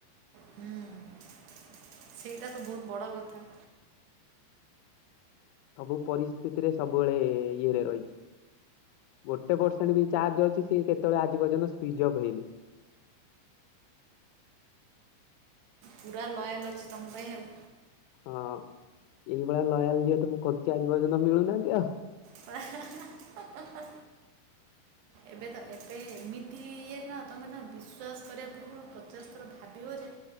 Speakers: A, on the right; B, on the left.
A: ହଁ। ସେଇଟା ତ ବହୁତ ବଡ଼ କଥା।
B: ସବୁ ପରିସ୍ଥିତିରେ ସବୁବେଳେ ଇଏରେ ରହିଛି। ଗୋଟେ ପରସେଣ୍ଟ ବି ଚାର୍ଜ ଅଛି ସେ କେତେବେଳେ ଆଜି ପର୍ଯ୍ୟନ୍ତ ସୁଇଚ୍ ଅଫ୍ ହେଇନି।
A: ପୁରା ଲୟାଲ୍ ଅଛି ତମ ପାଇଁ ଆଉ।
B: ହଁ ଏଇଭଳିଆ ଲୟାଲ ଯେହେତୁ ମୁଁ ଖୋଜି ଆଜି ପର୍ଯ୍ୟନ୍ତ ମିଳୁନାହାନ୍ତି ଆଉ?
A: ହା ହା ହା ଏବେ ତ ଏବେ ଏମିତି ଇଏ ନା ତାଙ୍କର ନା ବିଶ୍ୱାସ କରିବା ପୂର୍ବରୁ ପଚାଶ ଥର ଭାବିବ ଯେ